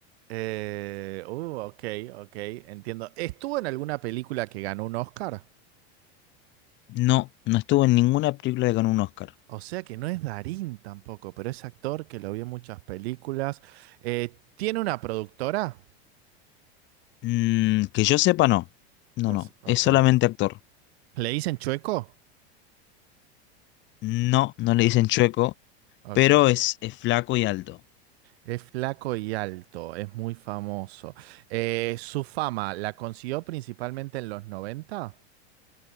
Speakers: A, on the right; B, on the left.
A: Eh, uh, ok, ok, entiendo. Estuvo en alguna película que ganó un Oscar.
B: No, no estuvo en ninguna película que ganó un Oscar.
A: O sea que no es Darín tampoco, pero es actor que lo vi en muchas películas. Eh, ¿tiene una productora?
B: Mm, que yo sepa, no. No,
A: O
B: no.
A: s- ok.
B: Es solamente actor.
A: ¿Le dicen Chueco?
B: No, no le dicen chueco,
A: Ok.
B: pero es, es flaco y alto.
A: Es flaco y alto, es muy famoso. Eh, ¿su fama la consiguió principalmente en los noventa.